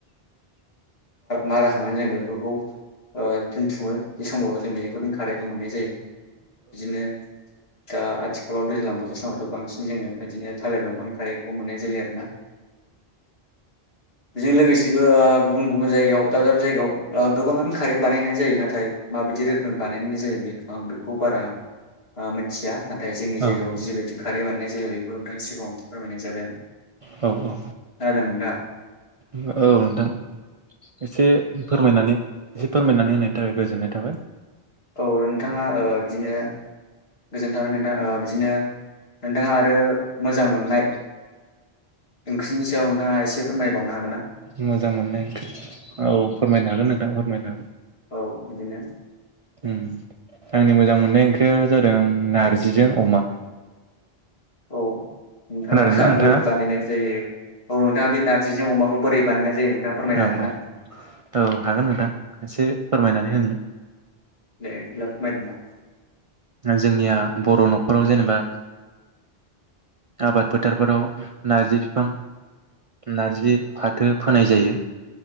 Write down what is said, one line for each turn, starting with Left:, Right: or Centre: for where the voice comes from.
Left: माराखांनानै जों बेफोरखौ ओ दोनथुमो बे समावबो जों बेफोरनि खारैखौ मोननाय जायो बिदिनो दा आथिखालाव दैज्लां बोथोर समावथ बांसिन जोङो बिदिनो थालिर दंफांनि खारैखौ मोननाय जायो आरोना बेजों लोगोसेबो ओ गुबुन गुबुन जायगायाव दाब दाब जायगायाव गोबाङानो खारै बानायनाय जायो नाथाय माबायदि रोखोमनि बानायनाय जायो आं बेखौ बारा मिथिया नाथाय जोंनि
Right: औ औ
Left: जायगायाव जिबायदि खारै बानायनाय जायो बेखौ नोंथांनि सिगाङाव फोरमायनाय जादों आं
Right: औ औ
Left: खोनादों नोंथाङा
Right: औ नोंथां एसे फोरमायनानै एसे फोरमायनानै होनाय थाखाय गोजोननाय थाबाय
Left: औ नोंथाङा बिदिनो गोजोनाय थाबाय नोंथाङा बिदिनो नोंथाङा आरो मोजां मोननाय ओंख्रिनि सायाव नोंथाङा एसे फोरमायबावनो हागोन ना?
Right: मोजां मोननाय औ फोरमायनो हागोन नोंथां फोरमायनो हागोन
Left: औ बिदिनो
Right: उम आंनि मोजां मोननाय ओंख्रिया जादों नारजिजों अमा
Left: औ। नोंथाङा
Right: खोनादोंना नोंथाङा
Left: बोरै बानायनाय जायो औ नोंथाङा बे नारजिजों अमाखौ बे बोरै बानायनाय जायो? नोंथाङा फोरमायनो
Right: औ
Left: हागोन ना
Right: औ औ हागोन नोंथां एसे फोरमायनानै होनो
Left: दे बिदिब्ला फोरमायदो नोंथां
Right: जोंनिया बर' न'खराव जेनेबा आबाद फोथारफोराव नारजि बिफां नारजि फाथो फोनाय जायो।